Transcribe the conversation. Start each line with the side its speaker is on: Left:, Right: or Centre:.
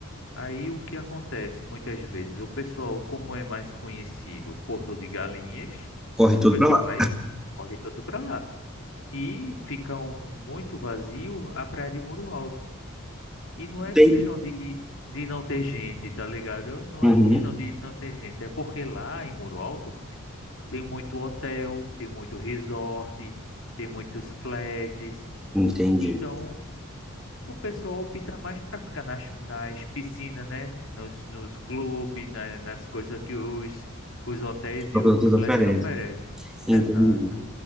Left: Aí o que acontece muitas vezes? O pessoal, como é mais conhecido, Porto de Galinhas,
Centre: Corre
Left: o
Centre: tudo
Left: pessoal
Centre: pra lá.
Left: vai, corre todo para lá. E fica um- muito vazio a praia de Muro Alto. E não é
Centre: Tem.
Left: questão de, de não ter gente, tá ligado? Não
Centre: Uhum.
Left: é questão de não ter gente. É porque lá em Muro Alto. Tem muito hotel, tem muito resort, tem muitos flats.
Centre: Entendi.
Left: Então, o pessoal opta mais para ficar nas, nas piscinas, né? Nos, nos clubes, na- nas coisas que os, os hotéis
Centre: Só
Left: e os
Centre: que outras
Left: flats
Centre: oferecem.
Left: oferecem.
Centre: Entendi.
Left: Exato.